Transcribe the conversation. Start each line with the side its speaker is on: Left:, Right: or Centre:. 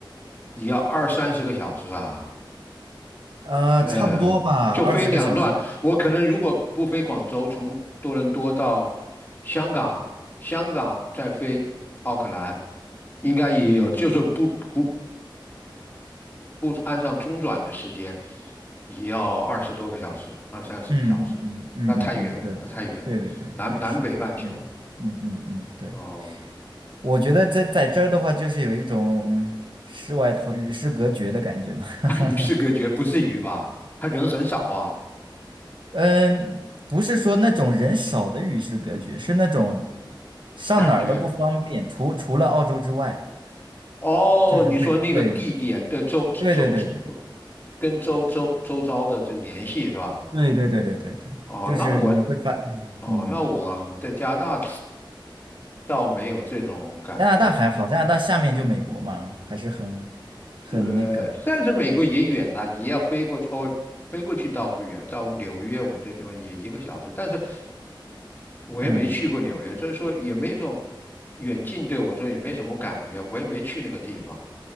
Left: 也要二三十个小时啊。
Right: 呃差不多吧，
Left: 呃，就飞两段。
Right: 二十个小时，
Left: 我可能如果不飞广州，从多伦多到香港，香港再飞奥克兰，应该也有，
Right: 嗯
Left: 就是不不不按上中转的时间，也要二十多个小时，二三十个小时，
Right: 嗯嗯嗯嗯嗯嗯，
Left: 那太远了，
Right: 对对对对对对对是嗯嗯嗯嗯，
Left: 那太远了，南南北半球
Right: 对，
Left: 哦，
Right: 我觉得在在这儿的话，就是有一种世外桃与世隔绝的感觉吧，<laughs>
Left: 那与世隔绝，不至于吧？他人很少啊，
Right: 嗯，不是说那种人少的与世隔绝，是那种上哪儿都不方便，
Left: 感觉。
Right: 除除了澳洲之外，
Left: 哦，
Right: 就是会对。
Left: 你说那个地点，对，周周周，
Right: 对对对对
Left: 跟周周周遭的这个联系是吧？
Right: 对对对对对对，
Left: 哦，
Right: 就是你会发，
Left: 那我，哦，
Right: 嗯，
Left: 那我在加拿大倒没有这种感觉，
Right: 加拿大还好，加拿大下面就美国嘛，还是很很那个，
Left: 对，但是美国也远了，
Right: 对，
Left: 也要飞过去，哦，飞过去倒不远，到纽约我们这地方也一个小时，但是我也没去过纽约，
Right: 嗯，
Left: 就是说也没这种远近对我说也没什么感觉，我也没去那个地方。